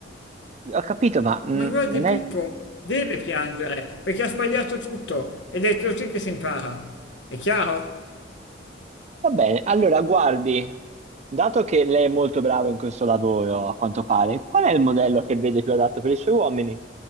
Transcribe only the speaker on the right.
Ho capito, ma mm,
non
è...
Va bene, allora guardi, dato che lei è molto brava in questo lavoro, a quanto pare, qual è il modello che vede più adatto per i suoi uomini?